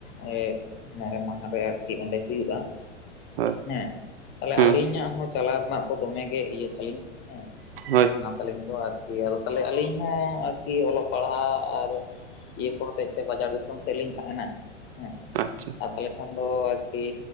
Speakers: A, on the left; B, on the right.
A: ᱳᱭ ᱢᱚᱬᱮ ᱢᱟᱦᱟ ᱨᱮ ᱟᱨᱠᱤ ᱚᱸᱰᱮ ᱦᱩᱭᱩᱜ-ᱟ᱾
B: ᱦᱳᱭ
A: ᱦᱮᱸ ᱛᱟᱦᱞᱮ
B: ᱦᱮᱸ
A: ᱟᱹᱞᱤᱧᱟᱜ ᱦᱚᱸ ᱪᱟᱞᱟᱣ ᱨᱮᱱᱟᱜ ᱫᱚ ᱫᱚᱢᱮ ᱜᱮ ᱤᱭᱟᱹ ᱛᱟᱞᱤᱧ ᱦᱮᱸ,
B: ᱦᱳᱭ,
A: ᱥᱟᱱᱟ ᱛᱟᱹᱞᱤᱧ ᱫᱚ ᱟᱨᱠᱤ ᱟᱫᱚ ᱛᱟᱦᱚᱞᱮ ᱟᱹᱞᱤᱧ ᱦᱚᱸ ᱟᱨᱠᱤ ᱚᱞᱚᱜ ᱯᱟᱲᱦᱟᱜ ᱟᱨ ᱤᱭᱟᱹ ᱠᱚ ᱦᱚᱛᱮᱡ ᱛᱮ ᱵᱟᱡᱟᱨ ᱫᱤᱥᱚᱢ ᱥᱮᱫ ᱞᱤᱧ ᱛᱟᱦᱮᱸᱱᱟ ᱦᱮᱸ,
B: ᱟᱪᱪᱷᱟ,
A: ᱟᱨ ᱛᱟᱦᱚᱞᱮ ᱠᱷᱟᱱ ᱫᱚ ᱟᱨᱠᱤ